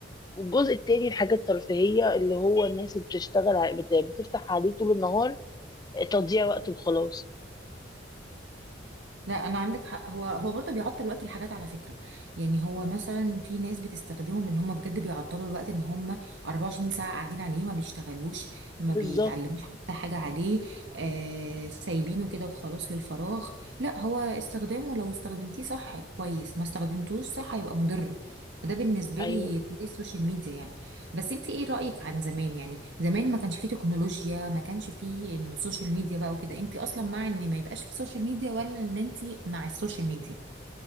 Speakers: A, on the left (about 20°); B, on the right (about 80°).
A: والجزء التاني الحاجة الترفيهية اللي هو الناس اللي بتشتغل ع- بت- بتفتح عليه طول النهار آه، تضييع وقت وخلاص
B: لا انا عندك حق هو هو برضه بيعطل وقت الحاجات على فكره يعني هو مثلا في ناس بتستخدمهم ان هم بجد بيعطلوا الوقت ان هم 24 ساعه قاعدين عليه ما بيشتغلوش ما
A: بالظبط
B: بيتعلموش حتى حاجه عليه آه سايبينه كده وخلاص للفراغ لا هو استخدامه لو استخدمتيه صح كويس ما استخدمتوش صح هيبقى مضر فده بالنسبه
A: ايوه
B: لي طريق السوشيال ميديا يعني بس انت ايه رأيك عن زمان يعني زمان ما كانش فيه تكنولوجيا ما كانش فيه انه السوشيال ميديا بقى وكده انت اصلا مع ان ما يبقاش فيه سوشيال ميديا ولا ان انت مع السوشيال ميديا